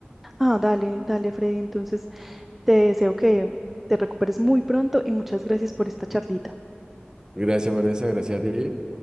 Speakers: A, in the centre; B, on the right.
A: Ah, dale, dale, Freddy. Entonces, te deseo que te recuperes muy pronto y muchas gracias por esta charlita.
B: Gracias, Vanessa, gracias a ti.